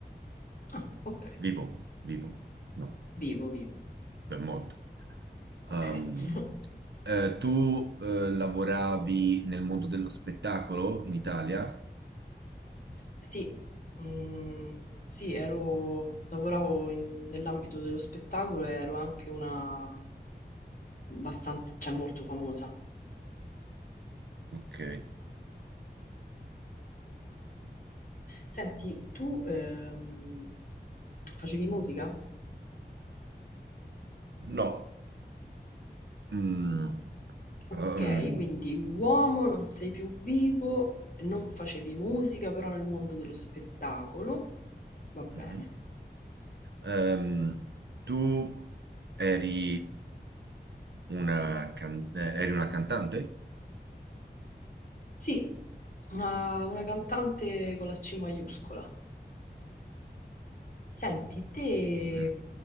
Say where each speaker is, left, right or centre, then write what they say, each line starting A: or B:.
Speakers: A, on the left; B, on the right.
A: Ah, ok.
B: vivo, vivo, no,
A: Vivo, vivo.
B: per molto. Ehm,
A: Ok. <laughs>
B: eh, tu eh, lavoravi nel mondo dello spettacolo in Italia?
A: Sì. Mm, sì, ero... lavoravo in- nell'ambito dello spettacolo e ero anche una abbastanza, cioè molto famosa.
B: Ok.
A: Senti, tu ehm, facevi musica?
B: No, Mm,
A: Ok,
B: um,
A: quindi uomo, non sei più vivo, non facevi musica, però nel mondo dello spettacolo, va bene.
B: mhm. Ehm, tu eri una, can- eh, eri una cantante?
A: Sì, una, una cantante con la C maiuscola. Senti, te
B: Mm.